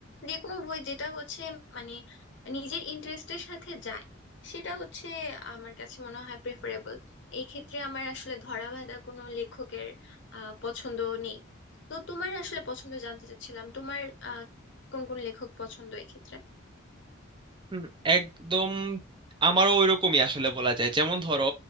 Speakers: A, on the left; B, on the right.
A: যে কোনো বই যেটা হচ্ছে মানে নিজের ইন্টারেস্টের সাথে যায় সেটা হচ্ছে আমার কাছে মনে হয় প্রেফারেবল এই ক্ষেত্রে আমার আসলে ধরাবাঁধা কোনো লেখকের আহ পছন্দ নেই তো তোমার আসলে পছন্দ জানতে চাচ্ছিলাম তোমার আহ কোন কোন লেখক পছন্দ এই ক্ষেত্রে
B: হুম, একদম আমারও ওইরকমই আসলে বলা যায় যেমন ধরো